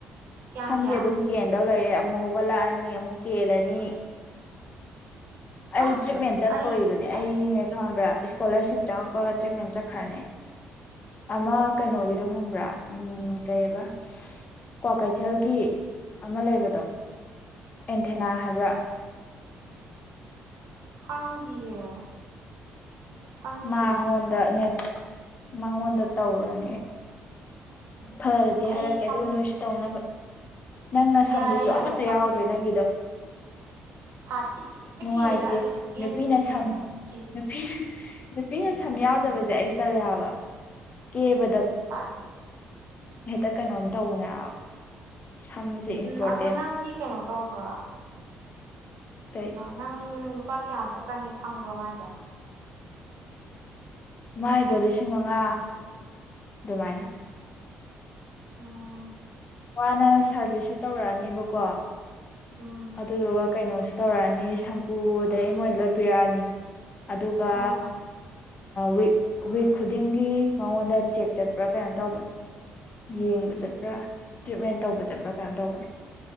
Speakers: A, on the right; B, on the left.
A: ꯀꯌꯥꯝ
B: ꯁꯝꯗꯤ
A: ꯀꯌꯥꯝ
B: ꯑꯗꯨꯝ ꯀꯦꯟꯗꯧ ꯂꯩꯔꯦ ꯑꯃꯨꯛ ꯍꯧꯒꯠꯂꯛꯑꯅꯤ ꯑꯃꯨꯛ ꯀꯦꯜꯂꯅꯤ ꯑꯩ
A: ꯑꯁ
B: ꯇ꯭ꯔꯤꯠꯃꯦꯟ ꯆꯠꯇꯣꯔꯤꯕꯅꯦ
A: ꯑꯩ ꯑꯣ
B: ꯑꯩꯅꯦ ꯈꯪꯕ꯭ꯔꯥ ꯏꯁꯀꯣꯂꯔꯁꯤꯞ ꯆꯪꯉꯛꯄꯒ ꯇ꯭ꯔꯤꯠꯃꯦꯟ ꯆꯠꯈ꯭ꯔꯅꯦ ꯑꯃ ꯀꯩꯅꯣꯒꯤꯗꯣ ꯈꯪꯕ꯭ꯔꯥ ꯎꯝ ꯀꯩꯕ ꯀ꯭ꯋꯥꯀꯩꯊꯦꯜꯒꯤ ꯑꯃ ꯂꯩꯕꯗꯣ ꯑꯦꯟꯊꯦꯅꯥ ꯍꯥꯏꯕ꯭ꯔꯥ
A: ꯈꯪꯗꯤꯌꯦ ꯈꯪꯗꯤꯌꯦ
B: ꯃꯥꯉꯣꯟꯗ ꯅ ꯃꯉꯣꯟꯗ ꯇꯧꯔꯅꯤ ꯑꯩ ꯐꯔꯗꯤ
A: ꯑꯩ
B: ꯍꯥꯏꯔꯛꯀꯦ
A: ꯁꯝ
B: ꯑꯗꯨꯒ ꯅꯣꯏꯁꯨ ꯇꯧꯅꯕ ꯅꯪꯅ ꯁꯝꯗꯨꯁꯨ
A: ꯌꯥꯏꯌꯦ ꯌꯥꯏꯌꯦ
B: ꯑꯃꯠꯇ
A: ꯁꯝ
B: ꯌꯥꯎꯗ꯭ꯔꯦ ꯅꯪꯒꯤꯗꯣ
A: ꯁꯥꯊꯤꯅ
B: ꯅꯨꯡꯉꯥꯏꯇꯦ
A: ꯀꯦꯂ ꯈꯨ ꯀꯟꯗꯗꯅꯦꯦ
B: ꯅꯨꯄꯤꯅ ꯁꯝ
A: ꯀꯖꯤ
B: ꯅꯨꯄꯤ ꯅꯨꯄꯤꯅ ꯁꯝ ꯌꯥꯎꯗꯕꯁꯦ ꯑꯩꯗꯤ ꯇꯜꯂꯦꯕ ꯀꯦꯕ
A: ꯁꯥꯇ
B: ꯍꯦꯛꯇ ꯀꯩꯅꯣꯝ ꯇꯧꯕꯅꯦ ꯁꯝꯁꯦ ꯏꯝꯄꯣꯔꯇꯦꯟ
A: ꯎꯝ ꯑꯗꯣ ꯅꯪꯒꯤ ꯀꯩꯅꯣ ꯇꯧꯕ꯭ꯔ
B: ꯀꯩ
A: ꯅꯪ ꯂꯨꯄꯥ ꯀꯌꯥꯃꯨꯛ ꯆꯪꯉꯦ ꯈꯪꯕ꯭ꯔꯣ ꯃꯥꯏꯗ
B: ꯃꯥꯏꯗꯣ ꯂꯤꯁꯤꯡ ꯃꯉꯥ ꯑꯗꯨꯃꯥꯏꯅ
A: ꯎꯝ
B: ꯋꯥꯅ ꯁꯥꯔꯚꯤꯁꯁꯨ ꯇꯧꯔꯛꯑꯅꯦꯕꯀꯣ
A: ꯎꯝ
B: ꯑꯗꯨꯗ ꯋꯥ ꯀꯥꯏꯩꯅꯁ ꯇꯧꯔꯛꯑꯅꯤ ꯁꯝꯄꯨ ꯑꯗꯩ ꯃꯣꯏ ꯂꯣꯏꯄꯤꯔꯛꯑꯅꯤ ꯑꯗꯨꯒ
A: ꯑꯥ
B: ꯋꯤꯛ ꯋꯤꯛ ꯈꯨꯗꯤꯡꯒꯤ ꯃꯉꯣꯟꯗ ꯆꯦꯛ ꯆꯠꯄ꯭ꯔꯥ ꯀꯩꯅꯣ ꯇꯧꯕꯅꯤ ꯌꯦꯡꯕ ꯆꯠꯠꯇ꯭ꯔꯥ ꯇ꯭ꯔꯤꯠꯃꯦꯟ ꯇꯧꯕ ꯆꯠꯄ꯭ꯔꯥ ꯀꯩꯅꯣ ꯇꯧꯕꯅꯤ